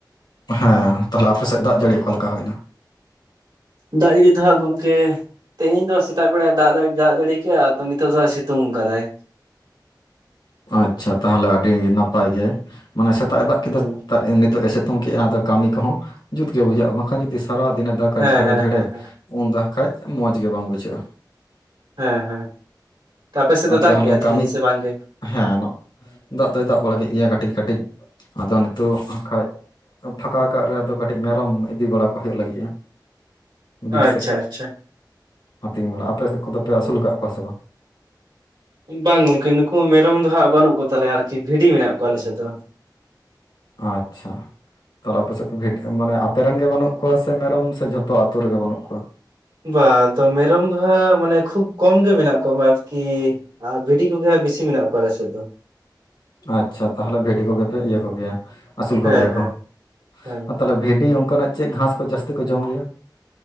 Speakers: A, on the left; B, on the right.
A: ᱦᱮᱸ ᱛᱟᱦᱞᱮ ᱟᱯᱮ ᱥᱮᱫ ᱫᱟᱜ ᱡᱟᱹᱲᱤ ᱚᱠᱟᱞᱮᱠᱟ ᱦᱩᱭᱱᱟ
B: ᱫᱟᱜ ᱡᱟᱲᱤ ᱫᱚ ᱦᱟᱸᱜ ᱜᱚᱝᱠᱮ ᱛᱮᱦᱤᱧ ᱫᱚ ᱥᱮᱛᱟᱜ ᱵᱮᱲᱟ ᱫᱟᱜ ᱫᱚ ᱫᱟᱡᱟᱲᱤ ᱠᱮᱫᱟᱭ ᱱᱤᱛᱚᱜ ᱫᱟ ᱥᱤᱛᱩᱝᱠᱟᱫᱟᱭ
A: ᱟᱪᱪᱷᱟ ᱛᱟᱦᱚᱞᱮ ᱟᱹᱰᱤ ᱱᱟᱯᱟᱭ ᱜᱮ ᱢᱟᱱᱮ ᱥᱮᱛᱟᱜ ᱮ ᱫᱟᱜ ᱠᱮᱫᱟᱜ
B: ᱦᱮᱸ
A: ᱱᱤᱛᱳ ᱥᱮᱛᱟᱜ ᱜᱚᱡᱠᱮ ᱟᱫᱚ ᱠᱟᱹᱢᱤ ᱠᱚᱦᱚᱸ ᱡᱩᱛ ᱜᱮᱮ ᱵᱩᱡᱷᱟᱹᱜ-ᱟ ᱵᱟᱝᱠᱷᱟᱱ ᱡᱩᱫᱤ ᱥᱟᱨᱟᱫᱤᱱᱮ ᱫᱟᱠᱟ
B: ᱦᱮᱸ
A: ᱡᱷᱮᱲᱮ
B: ᱦᱮᱸ
A: ᱡᱷᱮᱲᱮ
B: ᱦᱮᱸ ᱦᱮᱸ
A: ᱩᱱ ᱫ ᱠᱷᱟᱡ ᱢᱚᱡ ᱜᱮ ᱵᱟᱝ ᱵᱩᱡᱷᱟᱹᱜ-ᱟ
B: ᱦᱮᱸ ᱦᱮᱸ ᱟᱯᱮ ᱥᱮᱫ
A: ᱟᱨ
B: ᱫᱚ ᱫᱟᱜ
A: ᱛᱟᱦᱚᱞᱮ
B: ᱠᱮᱭᱟ ᱛᱮᱦᱮᱤᱧ
A: ᱠᱟᱹᱢᱤ
B: ᱥᱮ ᱵᱟᱝᱜᱮ
A: ᱦᱮᱸ ᱫᱟᱜ ᱫᱚᱭ ᱫᱟᱜ ᱵᱟᱲᱟ ᱠᱮᱫ ᱜᱮᱭᱟ ᱠᱟᱹᱴᱤᱡ ᱠᱟᱹᱴᱤᱡ ᱟᱫᱚ ᱱᱤᱛᱚᱜ ᱠᱷᱟᱱᱡ ᱯᱷᱟᱸᱠᱟ ᱠᱟᱜ ᱨᱮ ᱟᱫᱚ ᱠᱟᱹᱴᱤᱡ ᱢᱮᱨᱚᱢ ᱤᱫᱤ ᱵᱟᱲᱟ ᱠᱚ ᱦᱩᱭᱩᱜ ᱞᱟᱹᱜᱤ ᱮ ᱾ ᱵᱤᱨ
B: ᱟᱪᱪᱷᱟ
A: ᱥᱮᱫ
B: ᱟᱪᱪᱷᱟ
A: ᱟᱹᱛᱤᱧ ᱵᱟᱲᱼᱟ ᱟᱯᱮ ᱥᱮᱫ ᱠᱚᱫᱚᱯᱮ ᱟᱹᱥᱩᱞ ᱟᱠᱟᱫ ᱠᱚᱣᱟ ᱥᱮ ᱵᱟᱝ
B: ᱵᱟᱝ ᱜᱚᱝᱠᱮ ᱱᱩᱠᱩ ᱢᱮᱨᱚᱢ ᱫᱚ ᱦᱟᱸᱜ ᱵᱟᱹᱱᱩᱜ ᱠᱚᱛᱟᱞᱮᱭᱟ ᱟᱨᱠᱤ ᱵᱷᱤᱰᱤ ᱢᱮᱱᱟᱜ ᱠᱚᱣᱟ ᱟᱞᱮ ᱥᱮᱫ ᱫᱚ
A: ᱟᱪᱪᱷᱟ ᱛᱟᱦᱚᱞᱮ ᱟᱯᱮᱥᱮᱫ ᱯᱮ ᱵᱷᱤ ᱢᱟᱱᱮ ᱟᱯᱮ ᱨᱮᱱ ᱜᱮ ᱵᱟᱹᱱᱩᱜ ᱠᱚᱣᱟ ᱥᱮ ᱢᱮᱨᱚᱢ ᱥᱮ ᱡᱷᱚᱛᱚ ᱟᱛᱳ ᱨᱮᱜᱮ ᱵᱟᱹᱱᱩᱜ ᱠᱚᱣᱟ
B: ᱵᱟᱝ ᱛᱚ ᱢᱮᱨᱚᱢ ᱫᱚᱦᱟᱸᱟᱜ ᱢᱟᱱᱮ ᱠᱷᱩᱵ ᱠᱚᱢ ᱜᱮ ᱢᱮᱱᱟᱜ ᱠᱚᱣᱟ ᱟᱨᱠᱤ ᱟᱨ ᱵᱷᱤᱰᱤ ᱠᱚᱜᱮ ᱦ ᱵᱮᱥᱤ ᱢᱮᱱᱟᱜ ᱠᱚᱣᱟᱞ ᱥᱮᱫ ᱫᱚ
A: ᱟᱪᱪᱷᱟ ᱛᱟᱦᱚᱞᱮ ᱵᱷᱤᱰᱤ ᱠᱚᱜᱮ ᱯᱮ ᱤᱭᱟᱹ ᱠᱚᱜᱮᱭᱟ ᱟᱹᱥᱩᱞ ᱠᱚᱜᱮᱭᱟ
B: ᱦᱮᱸ ᱦᱮᱸ
A: ᱠᱚ
B: ᱦᱮᱸ
A: ᱟᱨ ᱛᱟᱦᱚᱞᱮ ᱵᱷᱤᱰᱤ ᱚᱱᱠᱟᱱᱟᱜ ᱪᱮᱫ ᱜᱷᱟᱸᱥ ᱠᱚ ᱡᱟᱹᱥᱛᱤ ᱠᱚ ᱡᱚᱢ ᱜᱮᱭᱟ